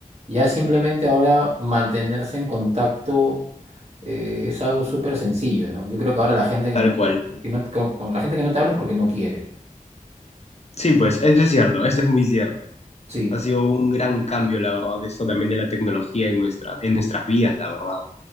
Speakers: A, on the right; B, on the left.
A: ya simplemente ahora mantenerse en contacto eh, es algo súper sencillo, ¿no? Yo creo que ahora la gente que
B: tal
A: no,
B: cual.
A: que no, con- con la gente que no te habla es porque no quiere.
B: Sí, pues eso es cierto, eso es muy cierto.
A: Sí,
B: Ha sido un gran cambio, la verdad, eso también de la tecnología en nuestra, en nuestras vidas, la verdad.